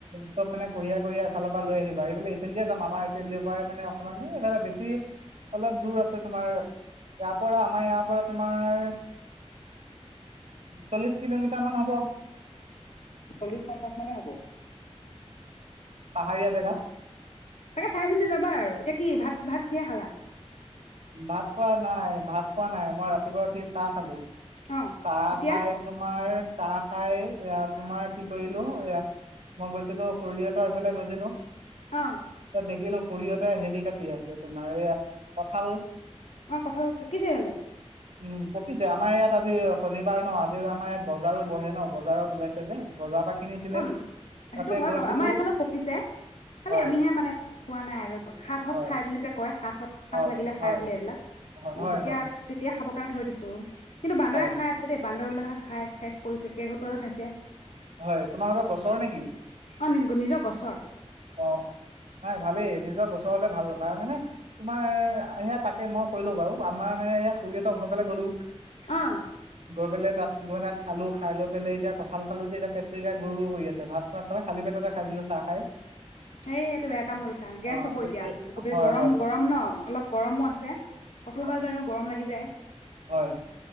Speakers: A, on the right; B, on the left.
A: চব মানে কঢ়িয়া কঢ়িয়া এফালৰ পৰা লৈ আহিবা এই, এইফিলড যাম আমাৰ এইফিলডৰ পৰাই মানে অকমান এইফালে বেছি অলপ দূৰ আছে তোমাৰ ইয়াৰ পৰা আমাৰ ইয়াৰ পৰা তোমাৰ, চল্লিশ কিলোমিটাৰ মান হব।
B: চল্লিশ পঞ্চশ মানে হব
A: পাহাৰীয়া জেগা
B: তাকে চাই চিন্ত যাবা আৰু এতিয়া কি ভাত। ভাত কিহে খালা।
A: ভাত খোৱা নাই ভাত খোৱা নাই মই ৰাতিপুৱা। ওথি চাহ খালো।
B: অ
A: চাহ
B: এতিয়া
A: খায় তোমাৰ। চাহ খাই এয়া তোমাৰ কি কৰিলো এয়া মই গৈছিলো খুৰি সতৰ সেইফালে গৈছিলো।
B: আহ
A: তাত দেখিলো খুুৰিহতে হেৰি কাটি আছে তোমাৰ এইয়া ভাল
B: অ কঁঠাল পকিছে জানোঁ
A: উম পকিছে আমাৰ ইয়াত আজি শনিবাৰ ন আজি আমাৰ ইয়াত বজাৰো বহে ন বজাৰত ওলাইছে যে বজাৰৰ পৰা কিনিছিলে
B: অ
A: তাতে
B: সেইটো হয়
A: গৈছিলো
B: বাৰু আমাৰ এইফালে পকিছে খালি
A: হয়
B: আমিহে মানে খোৱা নাই আৰু সাত হত
A: হয়
B: খাই বুলি যে কয় সাত চ হাত
A: হয়
B: লাগিলে খাই
A: হয়
B: বোলে এইবিলাক
A: হয় হয়
B: তেতিয়া
A: হয়
B: তেতিয়া খাব তোকাৰণে থৈ দিছোঁ কিন্তু বানদৰে
A: হয়
B: খাই আছে দেই বান্দৰ বিলাকেও খাই শেষ কৰিছে, কেৰকেটোৱায়েও খাইছে।
A: হয় তোমাৰ লগত গছৰ নেকি।
B: অ, নিজ নিজৰ গছৰ।
A: অ - অ নাই ভালেই নিজৰ গছৰ হলে ভাল-ভাল মানে তোমাৰ এয়া তাকে মই কৰিলো বাৰু আমাৰ মানে খুৰীহতৰ ঘৰৰ ফালে গ'লো।
B: অ
A: গৈ পেলাই তাত কিবা এটা খালো খাই লৈ পেলাই এতিয়া কঠাল খালো যে এতিয়া পেটটো একে গুৰ - গুৰ কৰি আছে। ভাত খোৱা নাই, খালি পেটতে খাই দিলো চাহ খাই।
B: হেই এইটো বেয়া কাম কৰিছা। গেছ
A: অ
B: হব এতিয়া
A: হয়
B: গৰম
A: হয়
B: - গৰম ন অলপ গৰমো
A: হয়
B: আছে। কঠাল
A: হয়
B: খালে এনেওটো গৰম লাগি যায়।
A: হয়।